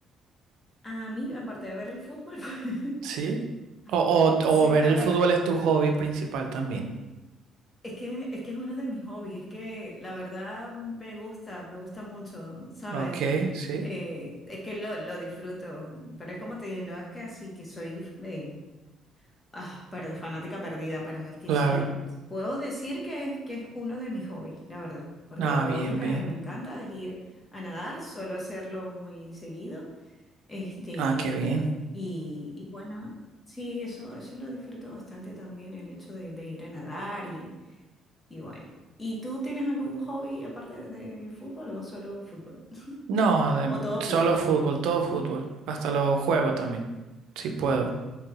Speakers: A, on the left (about 25°); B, on the right (about 80°).
A: a mí, aparte de ver el fútbol, <laughs> pues,
B: ¿Sí? O,
A: Mm,
B: o,
A: Sí,
B: o ver
A: aparte.
B: el fútbol es tu hobby principal también.
A: es que, es que es uno de mis hobbies, es que la verdad me gusta, me gusta mucho, ¿sabes?
B: Ok, sí.
A: Eh, es que lo, lo disfruto, pero es como te digo no es que así que soy eh, ah, perde- fanática perdida, pero es que
B: Claro.
A: sí, puedo decir que es, que es uno de mis hobbies, la verdad, porque
B: Ah,
A: lo
B: bien,
A: otro que
B: bien.
A: me encanta es ir a nadar, suelo hacerlo muy seguido. Este, y,
B: Ah, qué bien.
A: y bueno, sí, eso, eso lo disfruto bastante también, el hecho de, de ir a nadar y, y bueno. ¿Y tú tienes algún hobby aparte del fútbol o solo fútbol?
B: No,
A: <laughs>
B: adem-
A: ¿O todo fútbol?
B: solo fútbol, todo fútbol. Hasta los juegos también. Si puedo.